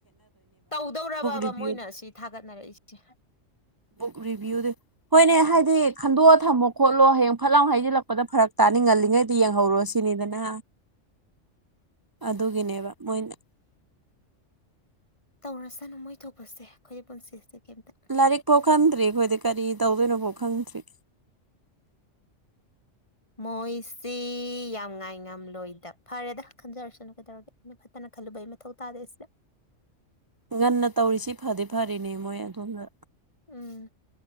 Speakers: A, on the left (about 25°); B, on the right (about 30°).
A: ꯇꯧꯗꯧꯔꯕꯕ
B: ꯔꯤꯚꯤꯌꯨ
A: ꯃꯣꯏꯅ ꯑꯁꯤ ꯊꯥꯒꯠꯅꯔꯛꯏꯁꯦ
B: ꯕꯨꯛ ꯔꯤꯚꯤꯌꯨꯗꯤ ꯍꯣꯏꯅꯦ ꯍꯥꯏꯗꯤ ꯈꯟꯗꯣꯛꯑ ꯊꯝꯃꯣ ꯈꯣꯠꯂꯣ ꯍꯌꯦꯡ ꯐꯠ ꯂꯥꯎ ꯍꯩꯖꯤꯜꯂꯛꯄꯗ ꯐꯔꯛ ꯇꯥꯅꯤ ꯉꯜ ꯂꯤꯉꯩꯗ ꯌꯦꯡꯍꯧꯔꯣ ꯁꯤꯅꯤꯗꯅꯥ
A: <inaudible>
B: ꯗꯨꯒꯤꯅꯦꯕ ꯃꯣꯏꯅ
A: ꯇꯧꯔꯁꯅꯨ ꯃꯣꯏ ꯊꯣꯛꯄꯁꯦ ꯑꯈꯣꯏꯒꯤ ꯄꯨꯟꯁꯤꯁꯦ ꯀꯩꯝꯇ
B: ꯂꯥꯏꯔꯤꯛ ꯄꯣꯛ ꯈꯟꯗ꯭ꯔꯤ ꯑꯈꯣꯏꯗꯤ ꯀꯔꯤ ꯇꯧꯗꯣꯏꯅꯣꯕꯣ ꯈꯪꯗ꯭ꯔꯤ
A: ꯃꯣꯏꯁꯤ ꯌꯥꯝ ꯉꯥꯏ ꯉꯝꯂꯣꯏꯗ ꯐꯔꯦꯗ ꯈꯟꯖꯔꯁꯅꯨ ꯀꯩꯗꯧꯔꯒꯦ ꯐꯠꯇꯅ ꯈꯜꯂꯨꯕꯩ ꯃꯊꯧ ꯇꯥꯗꯦ ꯁꯤꯗ
B: ꯉꯟꯅ ꯇꯧꯔꯤꯁꯤ ꯐꯗꯤ ꯐꯔꯤꯅꯦ ꯃꯣꯏ ꯑꯗꯣꯝꯗ
A: ꯎꯝ